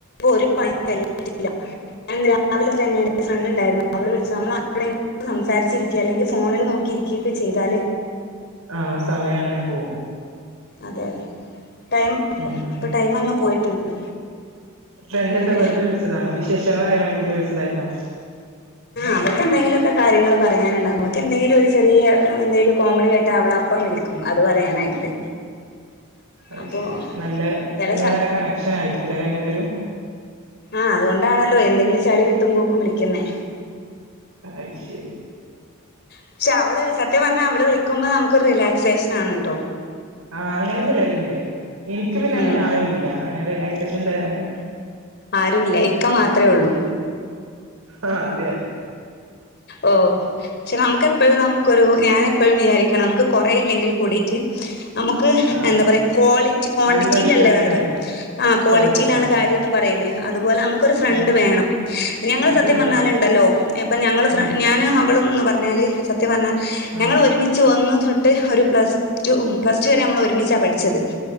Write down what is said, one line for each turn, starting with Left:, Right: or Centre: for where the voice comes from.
Left: ഒരു പണിയും <unintelligible> ഞാൻ രാവിലെ തന്നെ ഫ്രണ്ട് ഇണ്ടായിരുന്നു അവള് വിളിച്ചു നമ്മള് അങ്ങടും ഇങ്ങടും സംസാരിച്ചിരിക്യ അല്ലെങ്കിൽ ഫോണിൽ നോക്കിയിരിക്യ ഒക്കെ ചെയ്‌താൽ
Right: ആ സമയം അങ്ങനെ പോകും
Left: അതെ ടൈം
Right: മ് മ്
Left: ഇപ്പൊ ടൈം അങ്ങ് പോയിട്ടുണ്ട്
Right: ഫ്രണ്ട്
Left: അങ്ങനെ
Right: എന്താ വെറുതെ വിളിച്ചതാണോ വിശേഷങ്ങ അറിയാൻ വേണ്ടിട്ട് വിളിച്ചതായിരുന്നോ
Left: അവൾക്ക് എന്തെങ്കിലൊക്കെ കാര്യങ്ങൾ പറയാനിണ്ടാവും അവൾക്ക് എന്തെങ്കിലും ഒരു ചെറിയ എന്തെങ്കിലും കോമഡി കേട്ട അവൾ അപ്പോ വിളിക്കും അത് പറയാനായിട്ട്
Right: അയ്ശെരി
Left: അപ്പൊ
Right: നല്ല
Left: ചില
Right: നിങ്ങള്
Left: സ
Right: നല്ല കണക്ഷനായിരിക്കും ക്കൂലെ രണ്ടുപേരും
Left: ആ അതുകൊണ്ടാണല്ലോ എന്തെങ്കിലും ചളി കിട്ടുമ്പോക്കും വിളിക്കുന്നെ
Right: അയ്ശെരി
Left: പക്ഷെ അവള് സത്യം പറഞ്ഞാ അവള് വിളിക്കുമ്പോ നമുക്കൊരു റീലാക്സിയേഷൻ ആണ് ട്ടോ
Right: ആ അങ്ങനെ ചിലരിണ്ട് ഇനിക്ക് പിന്നെ അങ്ങനെ
Left: ഉം
Right: ആരുമില്ല അങ്ങനെ റീലാക്സിയേഷൻ തരാന്
Left: ആരുല്ലാ ഇക്കാ മാത്രേയെള്ളു
Right: ആഹ് അതെ അതെ
Left: ഓ ശെ നമ്മക്ക് എപ്പഴ് നമ്മക്ക് ഒരു ഞാ എപ്പഴും വിചാരിക്കണ നമ്മക്ക് കൊറേ യില്ലാങ്കിലും കൂടിറ്റ് നമ്മക്ക്
Right: ആഹ്
Left: എന്താ പറയാ കോളി കോണ്ടിറ്റില്ലാ
Right: നല്ലൊരു ഫ്രണ്ട്
Left: കാര്യം
Right: ഉണ്ടായി
Left: ആ കോളിറ്റിലാണ്
Right: ക്വാളിറ്റിയിലാണ്
Left: കാര്യയോന്ന് പറയില്ലോ ദ് ഒര് ഫ്രണ്ട്
Right: ഉം
Left: വേണം ഞങ്ങള്
Right: അത്
Left: സത്യം
Right: വേണം
Left: പറഞ്ഞാലെണ്ടാല്ലോ എ ഞങ്ങള്
Right: ഉം
Left: ഫ്രണ്ട് ഞാന് അവളുംയെന്ന് പറഞ്ഞാല് സത്യം പറഞ്ഞാ
Right: ആഹ്
Left: ഞങ്ങള് ഒര്മീച്ചാ ഒന്ന് ത്തെട്ട് ഒരു പ്ലസ് ടൂ പ്ലസ്ടൂ വെരേ നമ്മള് ഒര്മിച്ചാ പഠിച്ചാത്